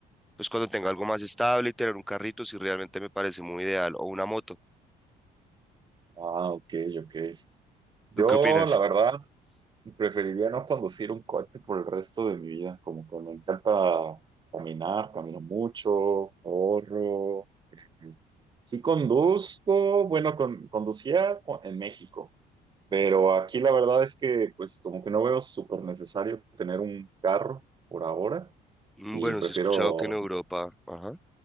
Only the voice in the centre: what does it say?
pues cuando tenga algo más estable y tener un carrito, si realmente me parece muy ideal, o una moto.
¿Tú qué opinas?
Mm,
Bueno,
sí he escuchado que en Europa, ajá,